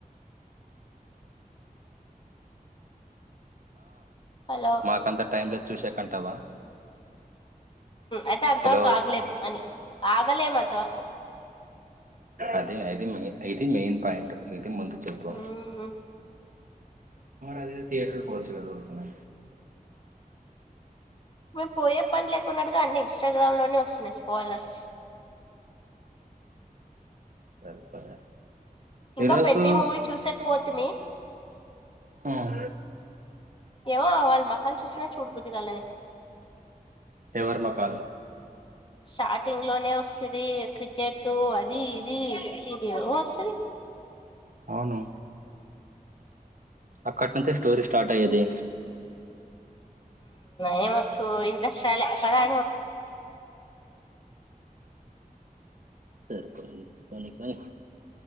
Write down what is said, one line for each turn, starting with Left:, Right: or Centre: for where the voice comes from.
Left: హలో
Right: మాకంత టైం లేదు చూసేకంటావా
Left: అంటే అంతవరకు
Right: హలో
Left: ఆగలేం అని ఆగలేము అంత వరకు
Right: అది అది మే ఇది మెయిన్ పాయింట్ ఇది ముందు చెప్పు
Left: మ్మ్
Right: అదేదో థీయేటర్ కి పోవచ్చు గద ఉరికినే
Left: మేము పోయే పని లేకున్నట్టుగా అన్ని ఇన్స్టాగ్రామ్ లోనే వస్తున్నాయి. స్పాలర్స్.
Right: సరిపోయా
Left: ఇంకా
Right: ఈరోజు
Left: పెద్ది మూవీ చూసేకిపొతిమి
Right: హ్మ్
Left: ఏమో వాళ్ళు మకాలు చూస్తేనే చూడబుద్దిగాలె
Right: ఎవరు మోకాలు
Left: స్టార్టింగ్ లోనే వస్తుంది. క్రికెట్ అది ఇది ఇదిో వస్తుంది.
Right: అవును అక్కట్ నుంచే స్టోరీ స్టార్ట్ అయ్యేది.
Left: ఏమ చూ ఇంట్రెస్ట్ రాలే పదా
Right: సరిపోయింది కానీ కానీ